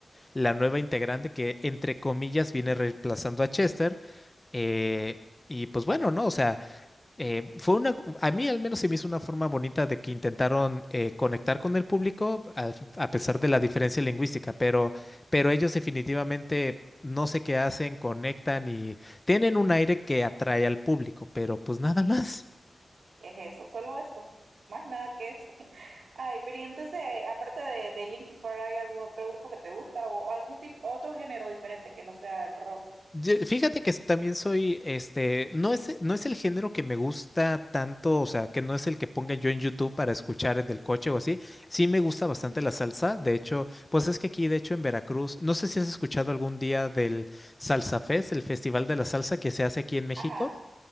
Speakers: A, on the left; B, on the right.
A: la nueva integrante que entre comillas
B: ujú,
A: viene reemplazando a Chester. eh, y pues bueno, ¿no? O sea eh, fue una, a mí al menos se me hizo una forma bonita de que intentaron eh, conectar con el público al- a pesar
B: Sí,
A: de la diferencia lingüística, pero, pero ellos definitivamente no sé qué hacen, conectan y tienen un aire que atrae al público, pero pues nada
B: sí,
A: más.
B: es eso, solo eso. Más nada que eso. <laughs> Ay, pero y entonces, aparte de, de Linkin Park, ¿hay algún otro grupo que te gusta o algún tipo, otro género diferente que no sea el rock?
A: Ye- Fíjate que también soy, este, no es, eh, no es el género que me gusta tanto, o sea, que no es el que ponga yo en YouTube para escuchar en el coche o así. Sí me gusta bastante
B: Ujú.
A: la salsa. De hecho, pues es que aquí, de hecho, en Veracruz, no sé si has escuchado algún día del Salsa Fest, el Festival de la Salsa que se hace aquí en México.
B: Ajá.